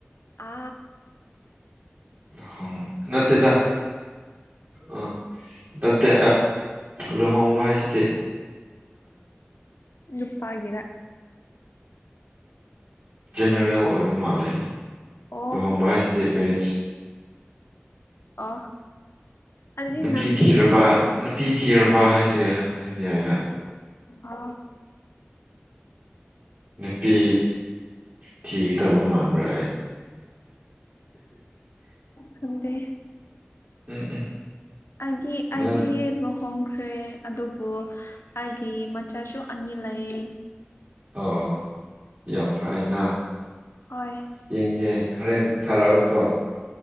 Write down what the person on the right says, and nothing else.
ꯍ ꯅꯠꯇꯦꯗ ꯑ ꯇꯇ ꯂꯍꯣꯡꯕꯥ ꯍ ꯁꯤꯇ
ꯖꯦꯅꯔꯦꯜ ꯑꯣꯏꯕ ꯃꯥꯜꯂꯦ
ꯂꯨꯍꯣꯡꯕ ꯍꯥꯏꯁꯤꯗꯤ ꯃꯦꯔꯤꯠꯁ
ꯅꯨꯄꯤ
ꯊꯤꯔꯕ
ꯅꯨꯄꯤ ꯊꯤꯔꯕ
ꯍꯥꯏꯁꯨ ꯌꯥ- ꯍꯥꯏꯕ ꯌꯥꯏꯕ
ꯅꯨꯄꯤ ꯊꯤ ꯇꯕ ꯑꯃ꯭ꯔ
ꯎꯝ ꯎꯝ
ꯅꯪ
ꯑꯣ ꯌꯥꯝ ꯐꯩꯅ
ꯌꯦꯡꯒꯦ ꯍꯣꯔꯦꯟ ꯊꯥꯔꯛꯑꯣꯀꯣ